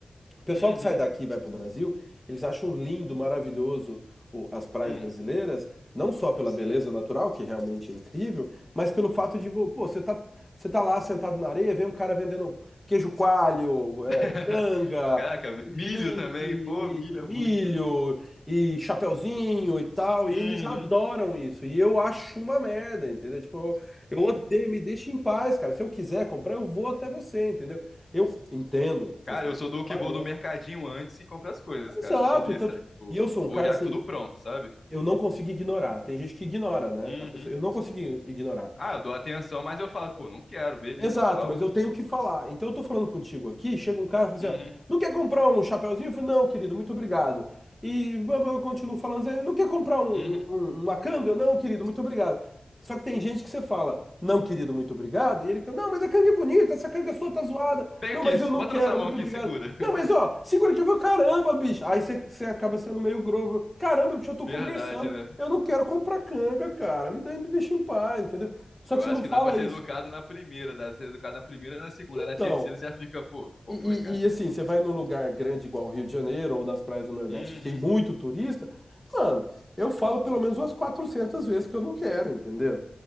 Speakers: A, in the centre; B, on the left.
A: O pessoal
B: Uhum.
A: que sai daqui e vai pro Brasil, eles acham lindo, maravilhoso o- as praias
B: Hum,
A: brasileiras, não só pela
B: sim.
A: beleza natural, que realmente é incrível, mas pelo fato de, pô, você tá, você tá lá sentado na areia, vem um cara vendendo queijo coalho,
B: <laughs>
A: é, canga,
B: Caraca,
A: um
B: milho
A: drink,
B: também,
A: e,
B: pô, milho
A: e milho,
B: é muito.
A: e chapeuzinho e tal, e
B: Uhum.
A: eles adoram isso. E eu acho uma merda, entendeu? Tipo, eu, eu odeio, me deixa em paz, cara. Se eu quiser comprar, eu vou até você, entendeu? Eu entendo, o
B: Cara,
A: pessoal
B: eu
A: tá
B: sou do
A: trabalhando.
B: que vou do mercadinho antes e compro as coisas,
A: Exato.
B: cara. Eu sou desse,
A: Então, tipo,
B: é tipo,
A: e eu sou um
B: vou
A: cara
B: já
A: assim,
B: com tudo pronto, sabe?
A: eu não consigo ignorar. Tem gente que ignora, né?
B: Uhum.
A: A pessoa, eu não consigo ignorar.
B: Ah, eu dou atenção, mas eu falo, pô, não quero, beleza,
A: Exato,
B: tal.
A: mas eu tenho que falar. Então eu tô falando contigo aqui, chega um cara e fala
B: Uhum.
A: assim, ó, não quer comprar um chapeuzinho? Eu falo, não, querido, muito obrigado. E blá, blá, eu continuo falando, assim, não quer comprar um-
B: Uhum.
A: um- um, uma canga? Não, querido, muito obrigado. Só que tem gente que você fala, não, querido, muito obrigado, e ele fala, não, mas a canga é bonita, essa canga sua tá zoada.
B: Pega
A: Não,
B: aqui,
A: mas eu não
B: bota
A: quero,
B: na sua mão
A: muito
B: aqui,
A: obrigado.
B: segura. <laughs>
A: Não, mas ó, segura que eu vou, caramba, bicho. Aí você, você acaba sendo meio grosso. Caramba, bicho, eu tô
B: Verdade,
A: conversando.
B: né?
A: Eu não quero comprar canga, cara. Me dá, me deixa em paz, entendeu? Só
B: Eu
A: que você
B: acho
A: não
B: que
A: fala
B: dá pra ser
A: isso.
B: educado na primeira, dá pra ser educado na primeira, na segunda,
A: Então,
B: na terceira já fica, pô, qual
A: e, e-
B: foi, cara?
A: e, assim, você vai num lugar grande igual o Rio de Janeiro ou nas praias do Nordeste
B: Uhum.
A: que tem muito turista, mano, eu falo pelo menos umas 400 vezes que eu não quero, entendeu?